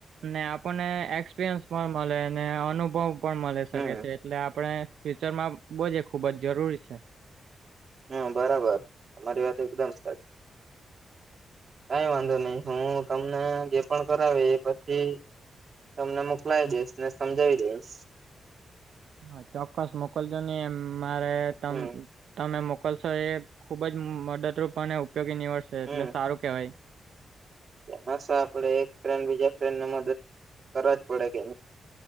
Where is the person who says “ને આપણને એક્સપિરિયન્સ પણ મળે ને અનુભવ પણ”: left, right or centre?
Right